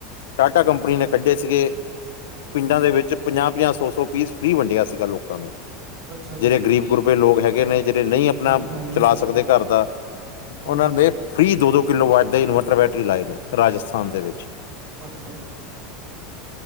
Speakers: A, on the left; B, on the right.
A: ਟਾਟਾ ਕੰਪਨੀ ਨੇ ਕੱਢੇ ਸੀਗੇ। ਪਿੰਡਾਂ ਦੇ ਵਿੱਚ ਪੰਜਾਹ-ਪੰਜਾਹ, ਸੌ-ਸੌ ਪੀਸ ਫ੍ਰਰੀ ਵੰਡਿਆ ਸੀਗਾ ਲੋਕ ਲੋਕਾਂ ਨੂੰ,
B: ਅੱਛਾ ਜੀ
A: ਜਿਹੜੇ ਗਰੀਬ ਗਰੁੱਬੇ ਲੋਕ ਹੈਗੇ ਨੇ। ਜਿਹੜੇ ਨਈ ਆਪਣਾ
B: ਹਾਂਜੀ ਹਾਂਜੀ
A: ਚਲਾ
B: ਹਾਂਜੀ
A: ਸਕਦੇ ਘਰ ਦਾ,
B: ਹਾਂਜੀ
A: ਉਹਨਾਂ ਦੇ ਫ੍ਰਰੀ ਦੋ-ਦੋ ਕਿਲੋ ਵਟ ਦੇ ਇਨਵਰਟਰ ਬੈਟਰੀ ਲਾਏ ਨੇ, ਰਾਜਸਥਾਨ ਦੇ ਵਿੱਚ।
B: ਅੱਛਾ ਜੀ।